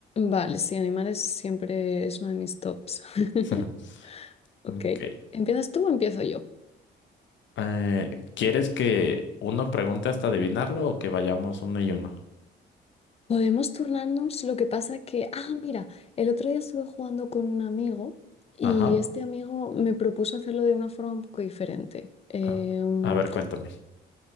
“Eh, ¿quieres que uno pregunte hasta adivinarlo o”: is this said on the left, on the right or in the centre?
Left